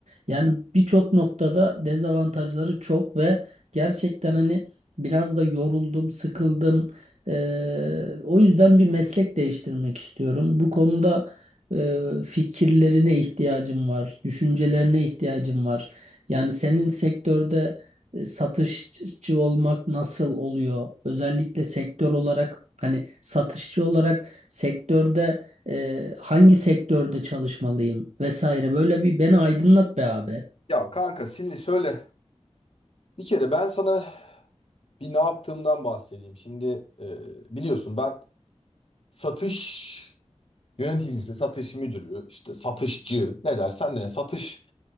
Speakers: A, on the right; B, on the left.
A: Yani birçok noktada dezavantajları çok ve gerçekten hani biraz da yoruldum, sıkıldım. E, o yüzden bir meslek değiştirmek istiyorum. Bu konuda e, fikirlerine ihtiyacım var, düşüncelerine ihtiyacım var. Yani senin sektörde e, satışçı olmak nasıl oluyor? Özellikle sektör olarak hani satışçı olarak sektörde e, hangi sektörde çalışmalıyım vesaire böyle bir beni aydınlat be abi.
B: Ya kanka şimdi şöyle bir kere ben sana bir ne yaptığımdan bahsedeyim. Şimdi e, biliyorsun ben satış yöneticisi, satış müdürü, işte satışçı ne dersen de satış